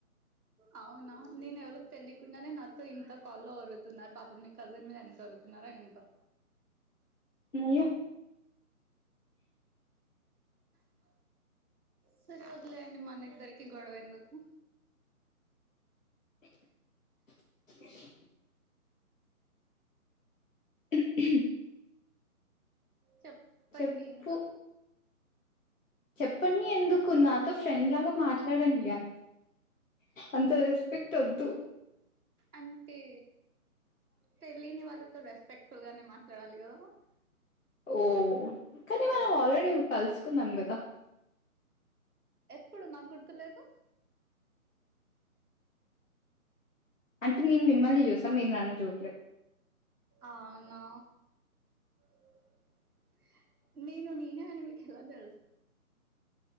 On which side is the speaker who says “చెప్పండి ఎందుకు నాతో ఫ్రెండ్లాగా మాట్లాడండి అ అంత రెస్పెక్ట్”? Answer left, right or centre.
Left